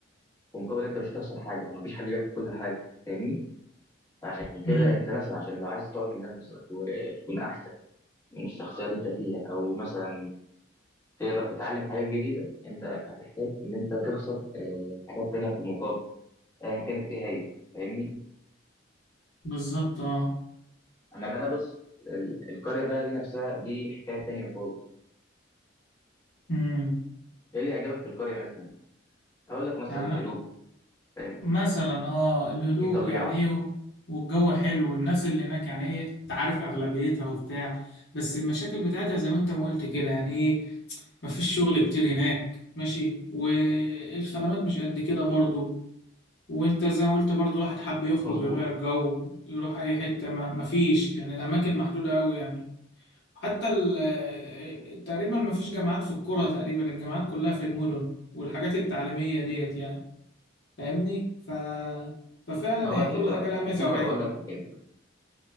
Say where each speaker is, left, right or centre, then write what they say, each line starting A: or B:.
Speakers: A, on the left; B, on the left.
A: ومقابل انت مش هتخسر حاجه مفيش حد بياخد كل حاجه فاهمني فعشان كده
B: امم
A: انت مثلا عشان لو عايز تطور من نفسك وتكون احسن من الشخصيه اللي انت فيها او مثلا تقدر تتعلم حاجات جديده انت هتحتاج ان انت تخسر اه، حاجات تانية في المقابل ايا كانت ايه هي فاهمني
B: بالظبط اه
A: اما بقى بص ال- القريه بقى دي نفسها دي حكايه تانية خالص
B: امم
A: ايه اللي عجبك في القريه مثلا هقول لك مثلا
B: يعني
A: هدوء فاهم
B: مثلا اه الهدوء
A: في طبيعه
B: يعني ايه والجو حلو والناس اللي هناك يعني ايه تعرف اغلبيتها وبتاع بس المشاكل بتاعتها زي ما انت ما قلت كده يعني ايه مفيش شغل كتير هناك ماشي والخدمات مش قد كده برضو وانت زي ما قلت برضو الواحد حب يخرج
A: مظبوط
B: يغير جو يروح اي حتة ما مفيش يعني الاماكن محدودة قوي يعني حتى ال- تقريبا مفيش جامعات في القرى تقريبا الجامعات كلها في المدن والحاجات التعليمية ديت يعني فاهمني ف... ففعلا
A: هو
B: هي
A: الفكرة
B: كل حاجة لها
A: على
B: ميزة
A: فكرة
B: وعيب
A: بقول لك في كده